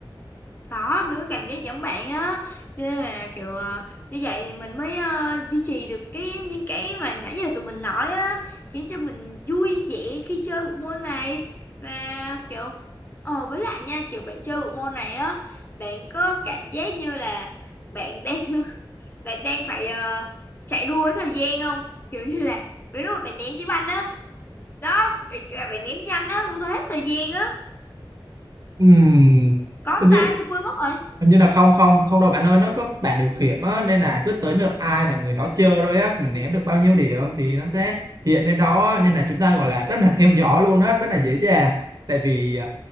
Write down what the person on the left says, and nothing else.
Có, tôi có cảm giác giống bạn á Cho nên là kiểu ờ, như vậy thì mình mới ờ, duy trì được cái những cái mà nãy giờ tụi mình nói á Khiến cho mình vui vẻ khi chơi bộ môn này Và kiểu Ờ với lại nha kiểu bạn chơi bộ môn này á Bạn có cảm giác như là bạn đang <laughs> bạn đang phải ờ, chạy đua với thời gian không? Kiểu như là ví dụ bạn ném chiếc banh á Đó, bạn, bạn ném nhanh á, không thấy hết thời gian á
Có không
ta? Tôi quên mất rồi